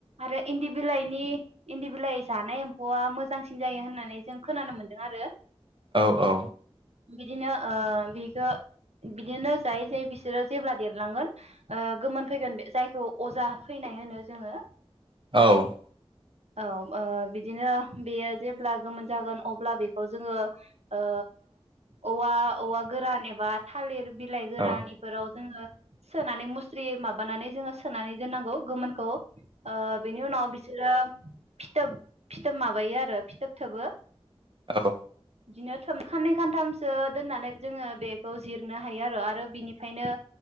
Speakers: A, on the right; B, on the right.
A: आरो इन्दि बिलाइनि इन्दि बिलाइ जानाय एम्फौआ मोजांसिन जायो होननानै जों खोनानो मोन्दों आरो
B: औ औ
A: बिदिनो ओ बिखो बिदिनो जायै जायै बिस बिसोरो जेब्ला देरलांगोन ओ गोमोन फैगोन बे जायखौ अजा फैनाय होनो जोङो
B: औ
A: औ‌ ओ बिदिनो बेयो जेब्ला गोमोन जागोन अब्ला बेखौ जोङो ओ औवा औवा गोरान एबा थालिर बिलाइ गोरान
B: औ
A: इफोराव जोङो सोनानै मुस्रि माबानानै जोङो सोनानै दोननांगौ गोमोनखौ ओ बेनि उनाव बिसोरो फिथोब फिथोब माबायो आरो फिथोब थोबो
B: औ
A: बिदिनो थोब खाननै खानथामसो दोननानै जोङो बेखौ जिरनो हायो आरो आरो बिनिफ्रायनो